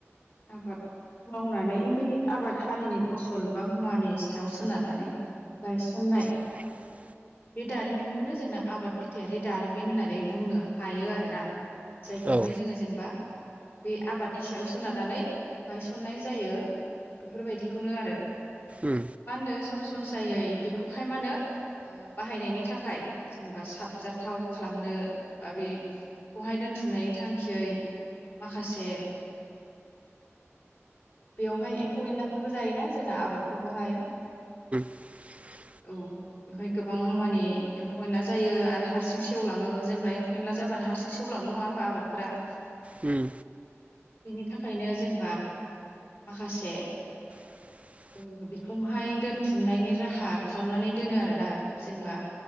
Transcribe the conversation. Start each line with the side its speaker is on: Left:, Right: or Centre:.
Left: आबाद। मावनानै बै आबाद हारिनि फसल बा मुवानि सायाव सोनारनानै गायसननाय।
Right: <inaudible>
Left: बे दारिमिनखौनो जोंना आबाद बिथथायारि दारिमिन होननानै बुंनो हायो आ रोना। जायखौहाय
Right: औ
Left: जोङो जेनेबा बे आबादनि सायाव सोनारनानै गायसननाय जायो। बेफोरबायदिखौनो आरो।
Right: उम
Left: मा होनदों सरासनस्रायै बेखौहाय मा होनो ओ बाहायनायनि थाखाय जेनेबा सो साबजाथाव खालामनो बा बे। खौहाय दोनथुमनायनि थांखियै माखासे। बेवहाय एम्फौ एनलाफोरबो जायोना जोंना आबादफोरखौहाय।
Right: <inaudible>
Left: औ बेवहाय गोबां माने एम्फौ एनला जायो आरो हारसिं सेवलाङो जेनेबा एम्फौ एनला जा बानो हारसिं सेवलांनो नङा होमबा आबादफोरा।
Right: उम।
Left: बिनि थाखायनो जेनेबा माखासे।
Right: <inaudible>
Left: ओ बेखौहाय दोनथुमनायनि राहा खालामनानै दोनो आरो ना जेनेबा